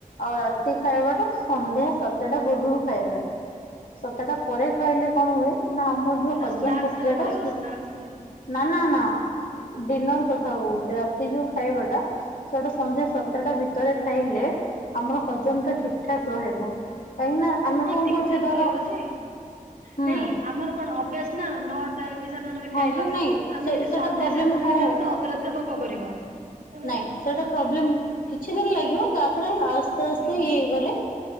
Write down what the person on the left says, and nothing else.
ଆଉ ରାତି ଖାଇବାଟା ସନ୍ଧ୍ୟା ସାତଟା ପୂର୍ବୁରୁ ଖାଇବେ। ସାତଟା ପରେ ଖାଇଲେ କଣ ହୁଏ ନା ଆମର ଯୋଉ
ହଜମ
ପକ୍ରିୟାଟା
ସି
ନା ନା ନା ଡିନର କଥା କହୁଚି ରାତି ଯୋଉ ଖାଇବାଟା ସେଟା ସନ୍ଧ୍ୟା
ସାତଟା ଭିତରେ ଖାଇଲେ ଆମର ହଜମ
ଟା ଠିକ୍ ଠାକ୍ ରହିବ। କାହିଁକି ନା ଆମେ
କଣ
କରୁଛେ
ଧର
ହୁଁ
ହଁ
ଯେ ନାଇଁ
ସେ
ସେଟା
ପ୍ରୋବ୍ଲେମ
କଣ
ନାଇଁ ସେଟା ପ୍ରୋବ୍ଲେମ୍ କିଛି ଦିନି ଲାଗିବ। ତାପରେ ଆସ୍ତେ
ଆସ୍ତେ ଇ ହେଇଗଲେ